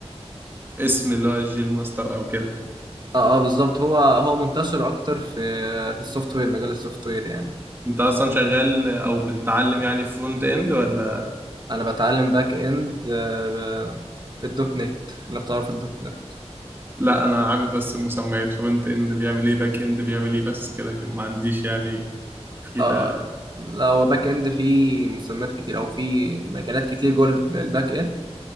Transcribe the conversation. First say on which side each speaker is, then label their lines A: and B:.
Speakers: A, on the right; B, on the right.
A: الاسم اللي هو الجيل ماستر او كده
B: اه اه بالظبط هو هو منتشر اكتر في في السوفت وير مجال السوفت وير يعني
A: انت اصلا شغال او بتتعلم يعني في فرونت اند ولا
B: انا بتعلم باك اند آه، بالدوت نت لو تعرف الدوت نت
A: لا انا عارف بس المسميات فرونت اند بيعمل ايه باك اند بيعمل ايه بس كده لكن ما عنديش يعني فيها
B: اه لا هو باك اند فيه مسميات كتير او فيه مجالات كتير جوه الب- الباك اند